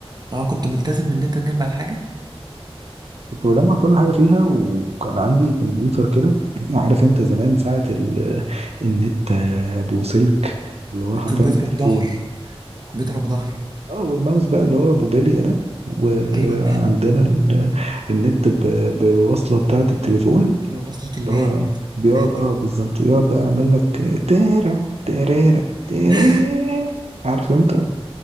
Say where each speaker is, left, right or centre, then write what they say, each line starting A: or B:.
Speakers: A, on the right; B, on the right.
A: اه كنت ملتزم ان انت تجمع الحاجه
B: كنت بجمع كل حاجة فيها وكان عندي كمبيوتر كده <laughs> عارف انت زمان ساعة ال... النت ابو سلك اللي هو
A: الكمبيوتر
B: حرفيا بالتليفون
A: ابو ظهر الكمبيوتر ابو ظهر
B: اه والماوس بقى اللي هو ابو بالية ده وعندنا
A: ايوه
B: ال... النت ب... بوصلة بتاعة التليفون اللي
A: ايوه وصلت اللان
B: هو بيقعد
A: ذاتي
B: اه بالظبط ويقعد بقى يعمل لك تيرا تيريرا تيري
A: <laughs>
B: عارف انت